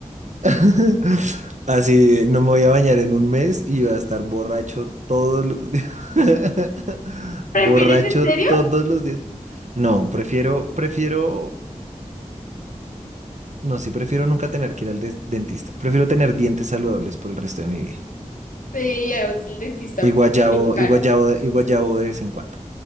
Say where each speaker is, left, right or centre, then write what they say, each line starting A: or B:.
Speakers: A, on the right (about 60°); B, on the left (about 80°).
A: <laughs> Así no me voy a bañar en un mes y voy a estar borracho todos los días. <laughs>
B: <laughs> ¿Prefieres
A: Borracho
B: en serio?
A: todos los días. No, prefiero, prefiero, no, sí, prefiero nunca tener que ir al des- dentista. Prefiero tener dientes saludables por el resto de mi vida.
B: Sí, además el dentista.
A: Y guayabo,
B: muy caro.
A: y guayabo, y guayabo de vez en cuando.